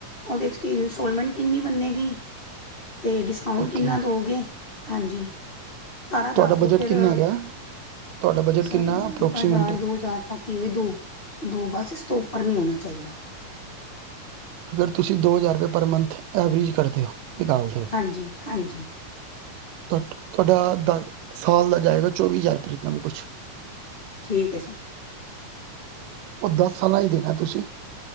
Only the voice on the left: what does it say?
ਉਹਦੇ 'ਚ ਕੀ ਇੰਸਟਾਲਮੈਂਟ ਕਿੰਨੀ ਬੰਨੇਗੀ ਤੇ ਡਿਸਕਾਊਂਟ
ਕਿੰਨਾ ਦੋਗੇ? ਹਾਂਜੀ। ਸਾਰਾ
ਦੱਸ
ਦੋ ਫਿਰ,
ਸਰ
ਹਜ਼ਾਰ ਦੋ ਹਜ਼ਾਰ ਤੱਕ ਕਿਵੇਂ ਦੋ, ਦੋ ਬੱਸ, ਇਸ ਤੋਂ ਉੱਪਰ ਨਹੀਂ ਹੋਣਾ ਚਾਹੀਦਾ।
ਹਾਂਜੀ-ਹਾਂਜੀ।
ਠੀਕ ਹੈ, ਸਰ।